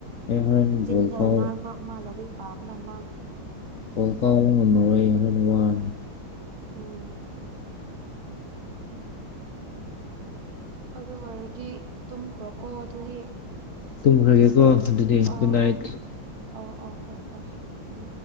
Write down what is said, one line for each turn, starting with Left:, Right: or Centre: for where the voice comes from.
Left: ꯑꯩ ꯍꯣꯔꯦꯟ
Right: ꯆꯤꯟꯗꯅ
Left: ꯕꯣꯜ ꯀꯥꯎ
Right: ꯉꯥꯡꯕ ꯑꯃ ꯂꯥꯏꯔꯤꯛ ꯄꯥꯕꯅ ꯑꯃ
Left: ꯄꯣꯜ ꯀꯥꯎꯕ ꯉꯝꯃꯔꯣꯏ ꯑꯩ ꯍꯣꯔꯦꯟ ꯋꯥꯅꯤ
Right: ꯎꯝ ꯎꯝ <unintelligible> ꯑꯗꯨ ꯋꯥꯔꯗꯤ ꯇꯨꯝꯈ꯭ꯔꯣ ꯀꯣ ꯑꯗꯨꯗꯤ
Left: ꯇꯨꯝꯈ꯭ꯔꯒꯦꯀꯣ ꯑꯗꯨꯗꯤ
Right: ꯑ
Left: ꯒꯨꯗ ꯅꯥꯏꯠ
Right: ꯑ ꯑꯣ ꯑꯣ ꯕꯥꯏ ꯕꯥꯏ ꯎꯝ